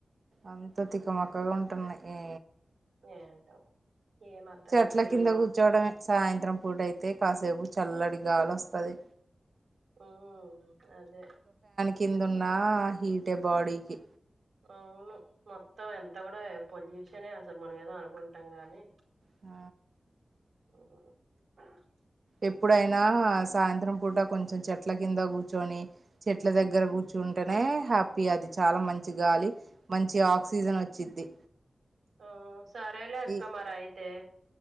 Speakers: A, on the right; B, on the right.
A: అంత తిక మక్కగా ఉంటున్నాయి ఏ
B: ఏంటో ఏం అర్థం
A: చెట్ల
B: కావట్లే
A: కింద
B: ఈ వా
A: కూర్చోవడమే సాయంత్రం పూట అయితే కాసేపు తెల్లడిగాలోస్తది
B: మ్మ్ అదే
A: కిందున్నా హీటే బాడీకి
B: అవును మొత్తం ఎంత కూడా పొల్యూషనే అసలు మనం ఏదో అనుకుంటాం గానీ
A: ఆ
B: హ్మ్
A: ఎప్పుడైనా సాయంత్రం పూట కొంచెం చెట్ల కింద కూర్చొని చెట్ల దగ్గర కూర్చుంటేనే హ్యాపీ అది చాలా మంచి గాలి, మంచి ఆక్సిజన్ వచ్చిద్ది.
B: ఆ సారేలే అక్క
A: ఈ
B: మరైతే